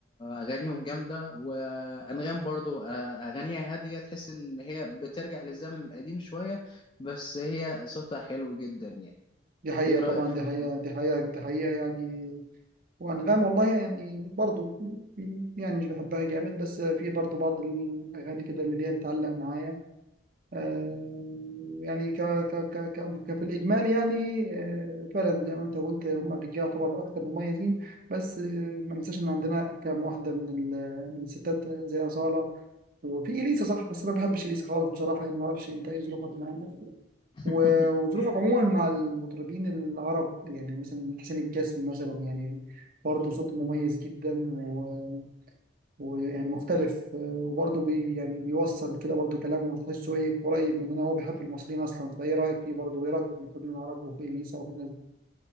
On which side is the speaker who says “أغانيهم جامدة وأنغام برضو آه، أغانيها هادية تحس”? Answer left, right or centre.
Left